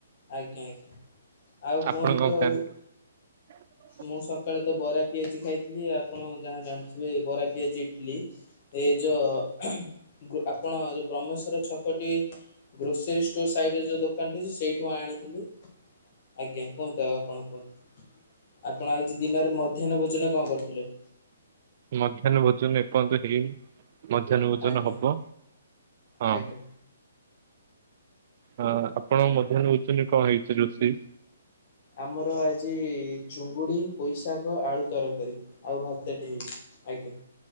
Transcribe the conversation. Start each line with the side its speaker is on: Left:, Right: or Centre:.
Left: ଆଜ୍ଞା ଆଜ୍ଞା ଆଉ
Right: ଆପଣ
Left: କୁହନ୍ତୁ
Right: କଣ
Left: ଆଉ
Right: ଖାଆନ୍ତି? <unintelligible>
Left: ମୁଁ ସକାଳେ ତ ବରା, ପିଆଜି ଖାଇଥିଲି। ଆପଣ ଯାହା ଜାଣିଥିବେ ବରା, ପିଆଜି, ଇଟିଲି। ଏ ଯୋଉ, ଆପଣ ଯୋଉ ବ୍ରହ୍ମେଶ୍ଵର ଛକଟି ଗ୍ରୋସରୀ ଷ୍ଟୋର ସାଇଡ୍ ରେ ଯୋଉ ଦୋକାନ୍ ଟି ଛୁଆ ଆଣିଥିଲି, ଆଜ୍ଞା କୁହନ୍ତୁ ଆଉ ଆପଣ କୁହନ୍ତୁ। ଆପଣ ଆଜି ଦିନରେ ମଧ୍ୟାହ୍ନ ଭୋଜନ କଣ କରିଥିଲେ?
Right: ମଧ୍ୟାହ୍ନ ଭୋଜନ ଏପର୍ଯ୍ୟନ୍ତ ହେଇିନି। ମଧ୍ୟାହ୍ନ ଭୋଜନ
Left: ଆଜ୍ଞା
Right: ହବ, ହଁ।
Left: ଆଜ୍ଞା
Right: ହଁ ଆପଣ ମଧ୍ୟାହ୍ନ ଭୋଜନରେ କଣ ହେଇଛି ରୋଷେଇ?
Left: ଆମର ଆଜି ଚୁଙ୍ଗୁଡ଼ି ପୋଇ ଶାଗ ଆଳୁ ତରକାରୀ। ଆଉ ଭାତଟେ ହେଇଛି, ଆଜ୍ଞା।